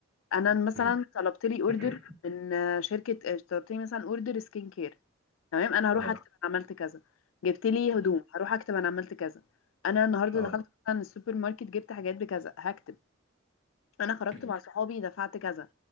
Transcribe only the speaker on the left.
انا مثلا
طلبت لي اوردر
من آه، شركة آه، طلبت لي مثلا اوردر سكين كير تمام انا
هروح
اكتب انا عملت كذا جبت لي
هدوم هروح اكتب انا عملت كذا انا النهارده
دخلت مثلا السوبر ماركت جبت حاجات بكذا هكتب انا خرجت
مع صحابي دفعت كذا